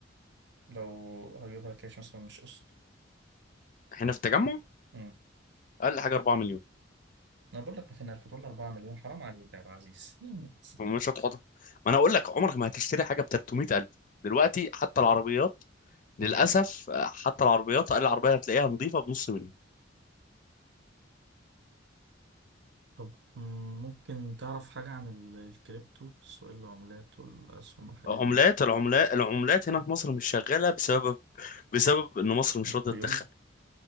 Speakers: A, on the right; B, on the left.
A: لو هجيبها كاش مثلا مش قسط
B: هنا في التجمع
A: أمم.
B: أقل حاجة 4 مليون
A: أنا بقول لك 200,000 دولار 4 مليون حرام عليك يا عبد العزيز مم.
B: مش هتحطها ما أنا أقول لك عمرك ما هتشتري حاجة ب 300000 دلوقتي حتى
A: <laughs>
B: العربيات للأسف
A: اه
B: آه، حتى العربيات أقل عربية هتلاقيها نظيفة بنص مليون
A: طب مم، ممكن تعرف حاجة عن ال- الكريبتو سوق العملات والأسهم والحاجات
B: عملات
A: دي
B: العملات العملات هنا في مصر مش شغالة بسبب بسبب إن مصر مش
A: القيود
B: راضية تدخل